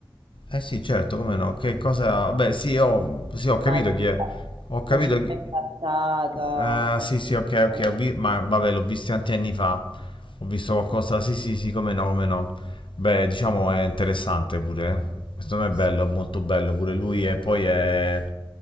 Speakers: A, on the left; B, on the right.
A: eh sì, certo, come no? Che cosa... Beh, sì, ho, sì, ho capito
B: la,
A: chi è. Ho capito
B: la città
A: chi...
B: incantata,
A: Eh,
B: con-
A: sì, sì, ok, ok,
B: con-
A: ho vi- ma vabbè, l'ho visto tanti anni fa. Ho visto
B: sì,
A: qualcosa... Sì, sì, sì, come no, come no. Beh, diciamo è interessante pure. eh. Secondo me
B: sì,
A: è bello, molto bello pure lui e poi è...